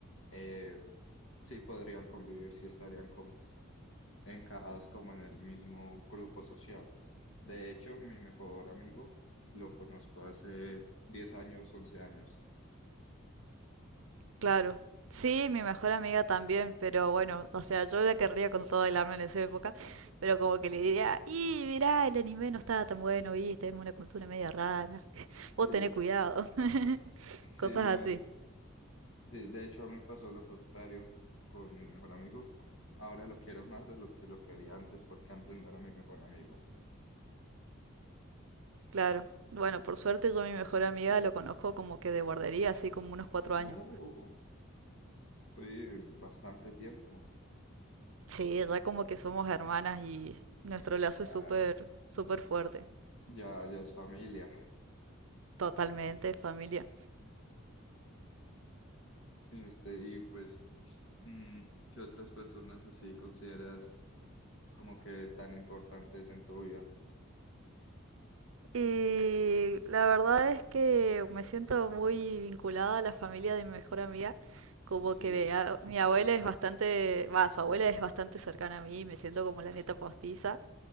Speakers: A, on the left; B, on the right.
A: eh, sí podrían convivir, sí estarían encajados como en el mismo grupo social. De hecho, mi mejor amigo lo conozco hace 10 años, 11 años.
B: Claro. Sí, mi mejor amiga también, pero bueno, o sea, yo la querría con todo el alma en esa época, pero como que le diría, y mirá, el anime no estaba tan bueno, viste, es una cultura media rara, vos
A: Sí,
B: tenés cuidado, <laughs>
A: sí,
B: cosas
A: no,
B: así,
A: sí, de hecho a mí me pasó lo contrario con mi mejor amigo. Ahora lo quiero más de lo que lo quería antes porque antes no era mi mejor amigo.
B: claro. Bueno, por suerte yo a mi mejor amiga lo conozco como que de guardería, así como unos cuatro
A: Oh,
B: años.
A: sí, bastante tiempo.
B: Sí, ya como que somos hermanas y nuestro lazo
A: Claro,
B: es súper, súper fuerte,
A: ya, ya es familia.
B: totalmente familia.
A: Este, y pues, mm, ¿qué otras personas así consideras? como que tan importantes en tu vida.
B: Y la verdad es que me siento muy vinculada a la familia de mi mejor amiga, como
A: Sí,
B: que de a- mi abuela es bastante, va, su abuela es bastante cercana a mí, me siento como la neta postiza.